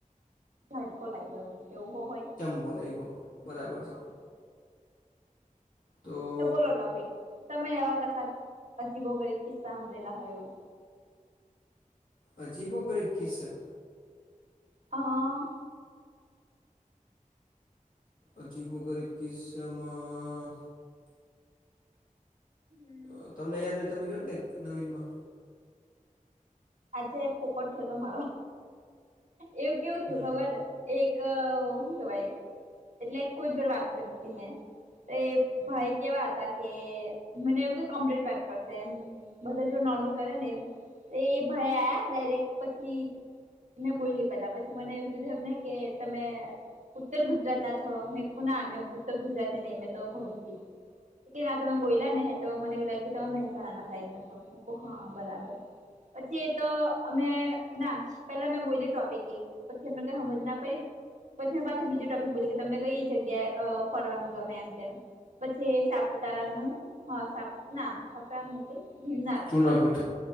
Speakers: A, on the right; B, on the left.
A: ઝાટકો લાગ્યો એવું. એવુ હો હોય.
B: બોલાઈ ગયું બરાબર છે.
A: હા
B: તો
A: તો બોલો ટોપિક, તમે એવા કશાક અજીબો ગરીબ કિસ્સા હાભળેલા હોય એવું.
B: અજીબો ગરીબ કીસ્સા?
A: હન.
B: અજીબો ગરીબ કિસ્સામાં
A: હમ
B: અ તમને યાદ હોય તમે કયોન કાઈક નવીનમાં
A: આજે પોપટ થયો તો મારો એવું કેવું થયું
B: હમ
A: ખબર એક શું કેવાય એટલે કોઈ જોડ વાત કરતી તી મે એ ભાઈ કેવા હતા કે મને એવું કે કમ્પ્લીટ વાત કરશે એમ બધા જોડ નોર્મલ કરેન એમ એ ભાઈ આયા ડાયરેક્ટ પછી મે બોયલી પેલા પછી મને એવું કીધું એમને કે તમે ઉત્તર ગુજરાતના છો? મેકુ ના મે ઉત્તર ગુજરાતી નઈ મે તો ભરૂચથી છુ. એ કે ના તમે બોયલાને હે તો, મને એવું લાયગુ તમે મહેસાણાના સાઈડના છો. મેકૂ હા, બરાબર પછી એ તો અમે નાસ, પેલા મે બોયલી ટોપીક ટિકિટ પછી એમને કઈ હમજ ના પડી પછી મે પાછી બીજું ટોપિક બોલી ગઈ તમને કઈ જગ્યાએ અ ફરવાનું ગમે એમ-તેમ પછી એ સાપુતારાનું હા સાપ ના સાપતારાન નઈ કઈ ગિરનાર
B: જૂનાગઢ